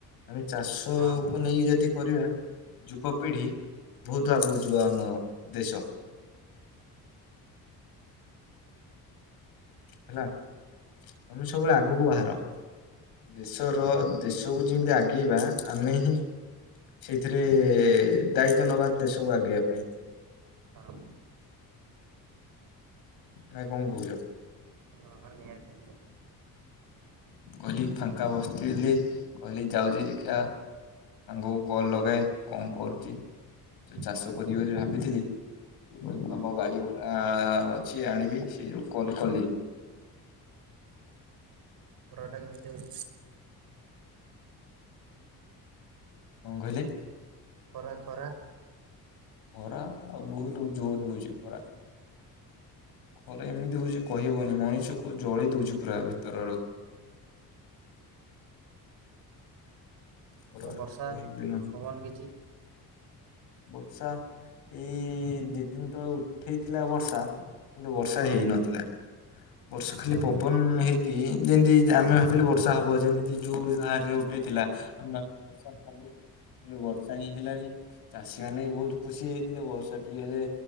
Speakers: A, on the left; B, on the right.
A: ଆମେ ଚାଷକୁ
B: ହଁ
A: ନେଇକି ଯଦି କରିବା ଯୁବପିଢି ବହୁତ ଆଗକୁ ଯିବ ଆମ ଦେଶ। ହେଲା ତମେ ସବୁବେଳେ ଆଗକୁ ବାହାର। ଦେଶର ଦେଶକୁ ଯେମିତି ଆଗେଇବା ଆମେ ହିଁ ସେଇଥିରେ ଦାୟିତ୍ଵ ନବା ଦେଶକୁ ଆଗେଇବା ପାଇଁ।
B: ହଁ
A: ନା କଣ କହୁଚ?
B: ହଁ ହଁ ନିହାତି।
A: ମୁଁ କହିଲି ଫାଙ୍କା ବସିି ବାସି ଥିଲି କହିଲି ଯାଉଚି ଦେଖିଆ ସାଙ୍ଗକୁ କଲ୍ ଲଗାଏ କଣ କରୁଚି ତୁ ଚାଷ
B: ହଁ
A: କରିବି ବୋଲି ଭାବିଥିଲି
B: ହଁ
A: ତମ ଗାଡି ଭଡା ଅଛି ଆଣିବି ସେ ଯୋଉ କଲ୍ କଲି
B: ପରଅଟା କେମିତି ହୁଏ?
A: କଣ କହିଲେ?
B: ଖରା ଖରା
A: ଖରା ବହୁତ ଜୋର୍ ରେ ହୋଉଚି ଖରା। ଖରା ଏମିତି ହୋଉଚି କହିହବନି ମଣିଷକୁ ଜଳେଇ ଦୋଉଚି ପୁରା ଭିତର ଆଡୁ। ପୁରା
B: ବର୍ଷା
A: କହିଲେ ନ
B: ପବନ କିଛି
A: ବର୍ଷା ଏଇ ଦି ଦିନ ତଳେ ଉଠେଇଥିଲା ବର୍ଷା କିନ୍ତୁ ବର୍ଷା
B: ହଁ
A: ହେଇନଥିଲା। ବର୍ଷା ଖାଲି
B: ହଁ।
A: ପବନ ହେଇକି ଯେମିତି ଜା ଆମେ ଭାବିଲୁ ବର୍ଷା ହବ ଯେମିତି। ଯୋଉ ଭଳି ବାହାରେ ଉଠେଇଥିଲା ଆମେ ଭାବିଲୁ ବର୍ଷା ହବ <inaudible> ବର୍ଷା ହିଁ ହେଲାନି। ଚାଷୀ ମାନେ ବି ବହୁତ ଖୁସି ହେଇଥିଲେ ବର୍ଷା ଟିକେ ହେଲେ।